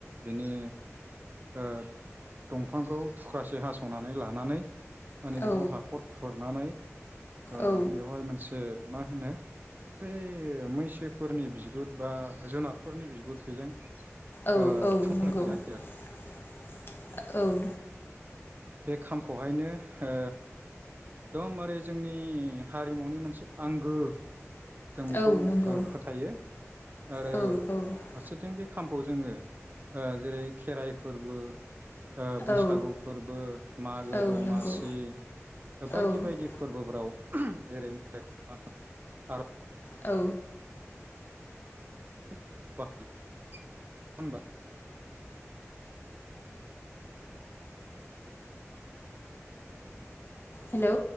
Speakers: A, on the right; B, on the left.
A: बिनि ओ दंफांखौ थुख्रासे हास'नानै लानानै माने बेखौ
B: औ
A: हाखर खुर नानै ओ
B: औ
A: बेवहाय मोनसे ओ मा होनो बे मैसोफोरनि बिगुर बा जुनारफोरनि बिगुर बेजों
B: औ
A: ओ
B: औ
A: थुं
B: नंगौ
A: ना य जायो आरो
B: <inaudible> औ
A: बे खामखौहायनो ओ एकदमबारे जोंनि हारिमुनि मोनसे आंगो जों बेखौ
B: औ नंगौ
A: ओ फोथायो आरो
B: औ औ
A: फारसेथिं बे खामखौ जोंङो ओ जेरै खेराइ फोरबो ओ बैसागु
B: औ
A: फोरबो मागो
B: औ
A: दमासि
B: नंगौ
A: बायदि
B: औ
A: बायदि फोरबो ब्राव जेरै <unintelligible>
B: औ
A: <unintelligible>
B: हेलौ